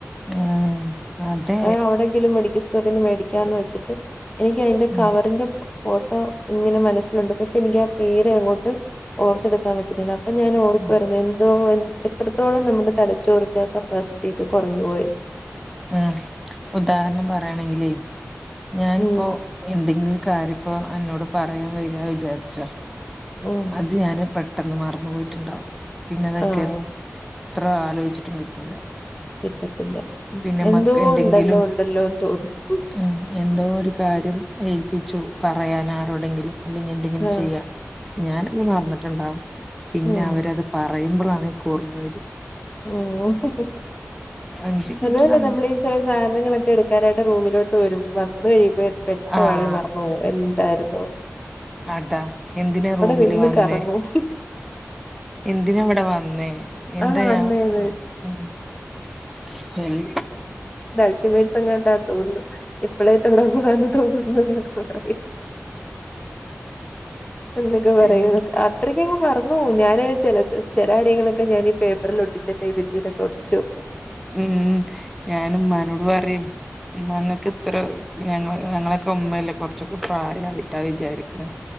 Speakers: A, in the centre; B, on the left.
A: ആഹ് അതെ
B: ആ അവിടെങ്കിലും മെഡിക്കൽ സ്റ്റോർ <inaudible> സ്റ്റോറിന്ന് മേടിക്കാന്ന് വെച്ചിട്ട്, എനിക്കയിന്റെ
A: ഉം
B: കവറിന്റെ <inaudible> ഫോട്ടോ ഇങ്ങനെ മനസ്സിലുണ്ട് പക്ഷെനിക്കാ പേര് അങ്ങോട്ട് ഓർത്തെടുക്കാൻ പറ്റുന്നില്ല അപ്പൊ ഞാൻ ഓർക്കുവായിരുന്നു
A: ഉം
B: എന്തോ എത്രത്തോളം നമ്മുടെ തലച്ചോറിന്റെ കപ്പാസിറ്റിയൊക്കെ കൊറഞ്ഞു പോയിന്ന്
A: ഉം ഉദാഹരണം പറയാണെങ്കിലേ ഞാനിപ്പൊ
B: ഉം
A: എന്തെങ്കിലൊരു കാര്യപ്പൊ അന്നോട് പറയാൻ വരാ വിചാരിച്ചോ
B: ഉം
A: അത് ഞാൻ പെട്ടന്ന് മറന്നുപോയിട്ട്ണ്ടാവും പിന്നതൊക്കെ
B: ആഹ്
A: എത്ര ആലോചിച്ചിട്ടും കിട്ടൂല
B: കിട്ടത്തില്ല
A: പിന്നെ
B: എന്തോ
A: മക്ക എന്തെങ്കിലും
B: ഇണ്ടല്ലോ ഇണ്ടല്ലോന്ന് തോന്നും
A: ഉം എന്തോ ഒരു കാര്യം ഏൽപ്പിച്ചു പറയാൻ ആരോടെങ്കിലും ഇല്ലെങ്കിൽ എന്തെങ്കിലും
B: ആഹ്
A: ചെയ്യാൻ ഞാനെന്തേം മറന്നിട്ടുണ്ടാവും പിന്നെ
B: ഉം
A: അവരത് പറയുമ്പൊളാണ് എനിക്ക് ഓർമ്മ വരിക
B: ഉം ഹ്-ഹ്-ഹ്-ഹ്
A: അഞ്ച് മിനിറ്റ്
B: അതുമല്ല
A: സമയം
B: നമ്മളീ ചെല സാധനങ്ങളൊക്കെടുക്കാനായിട്ട് റൂമിലോട്ട് വരും വന്ന്കഴിയും പെട്ടപാടെ
A: ആഹ്
B: മറന്ന്പോവും എന്തായിരുന്നുന്ന്
A: അതാ എന്തിനാ റൂമില്
B: നിന്ന്
A: വന്നേ
B: കറങ്ങും
A: എന്തിനാഇവിടെ വന്നേ എന്ത്‌
B: ആഹ്
A: അതെയോ
B: വന്നേന്ന്
A: <inaudible>
B: അൽഷിമേഴ്സെങ്ങാണ്ടാ തോന്നുന്നു ഇപ്പളേ തൊടങ്ങുവാന്ന് തോന്നുന്നുന്നൊക്കെപറയും എന്നൊക്കെപറയാ
A: ഉം
B: അത്രക്ക് ക്കങ്ങ് മറന്ന് പോവും ഞാനങ്ങു ചെലത് ചെല കാര്യങ്ങളൊക്കെ ഞാനീ പേപ്പറിൽ ഒട്ടിച്ചൊക്കെ ഈ ഭിത്തിയിലൊക്കെ ഒട്ടിച്ചുവെക്കും
A: ഉം ഞാനുമ്മാനോട് പറയും ഉമ്മാ ഇങ്ങക്ക്ത്ര ഞങ്ങളെ ഞങ്ങളെയൊക്കെ ഉമ്മയല്ലേ കൊറച്ചൊക്കെ പ്രായായിട്ടാ വിചാരിക്കണ്